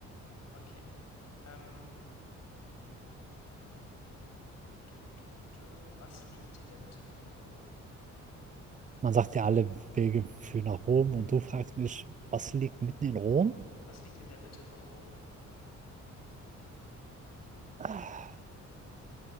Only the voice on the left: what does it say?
Okay, ähm, dö, dö, dö. Was liegt in der Mitte von Rom?
Was liegt in der Mitte von Rom?